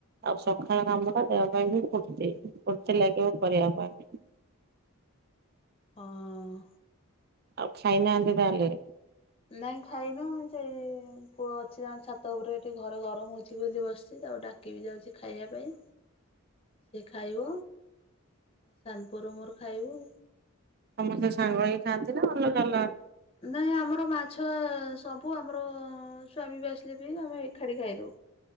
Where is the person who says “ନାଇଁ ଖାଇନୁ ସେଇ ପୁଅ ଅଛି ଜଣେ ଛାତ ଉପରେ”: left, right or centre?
Left